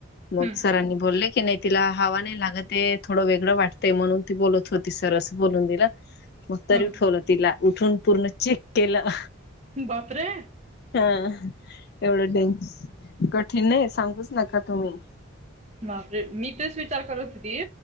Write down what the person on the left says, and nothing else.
मग
सरांनी बोलले की नई तिला हवा नाही लागत ए... थोडं वेगळं वाटतंय म्हणून ती बोलत होती, सर असं बोलून दिलं... मग तरी
उठवलं तिला... उठून पूर्ण चेक केलं
हा एवढं डें... कठीण ए... सांगूच नका तुम्ही